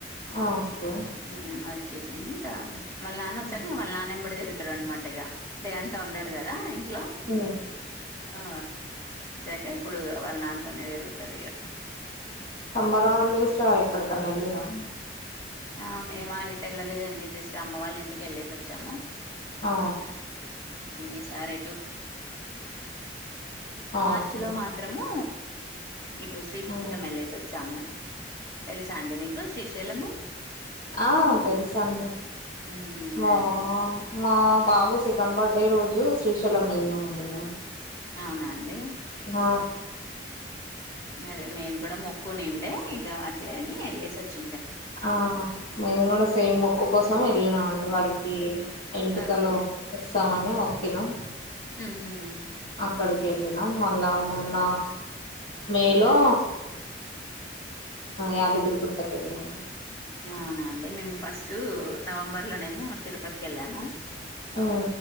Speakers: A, on the left; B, on the left.
A: ఓకే
B: ఉమ్ వచ్చేసింది ఇంకా వాళ్ళ నాన్న
A: హ్మ్
B: వచ్చారని వాళ్ళ నాన్న ఎమ్మట తిరుగుతాడు అన్నమాట అంత ఉండడు కదా ఇంట్లో
A: హ్మ్.
B: ఆ క ఇప్పుడు వాళ్ళ నాన్నతోనే తిరుగుతాడు ఇక
A: సమ్మర్ హాలిడేస్ లో ఎక్కడికన్నా వేళ్ళిరా
B: ఆ మేమా ఎటు వెళ్ళలేదండి అమ్మ వాళ్ళ ఇంటికి వెళ్ళేసి వచ్చాము
A: ఆ
B: ఈసారిెటు మార్చి
A: ఓకే
B: లో మాత్రము ఇటు శ్రీశైలం
A: హ్మ్
B: వెళ్ళేసి వచ్చాము తెలుసా అండి మీకు శ్రీశైలము
A: ఆ తెలుసండి
B: మ్మ్
A: మా
B: అదే అదే
A: మా బాబు సెకండ్ బర్త్ డే రోజు శ్రీశైలం వెళ్ళినాం అండి మేము
B: అవునాండి
A: ఆ
B: అదే మేము కూడా మొక్కుఉనిండే ఇక అట్లే అని వెళ్ళసి వచ్చి
A: ఆ మేము కూడా సేమ్ మొక్కు కోసం వెళ్ళినాం అండి వాడికి ఎంటుకలు
B: ఓకే
A: ఇస్తామని మోక్కినాం
B: ఉహు
A: అక్కడికి వెళ్ళినాం మళ్ళా మొన్న మేలో యాదగిరిగుట్ట కి వేళ్ళినాం
B: అవునా అండి మేము ఫస్ట్ నవంబర్ లోనేమో తిరుపతికి వెళ్ళాము
A: ఆ